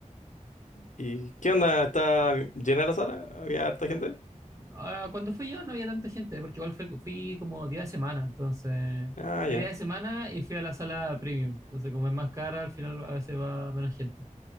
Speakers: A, on the left (about 65°); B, on the right (about 25°).
A: ¿Y qué onda? ¿Está llena la sala? ¿Había harta gente?
B: Ah, cuando fui yo no había tanta gente, porque igual fue- fui como día de semana, entonces
A: Ah,
B: fui
A: ya.
B: día de semana y fui a la sala premium. Entonces, como es más cara, al final a veces va menos gente.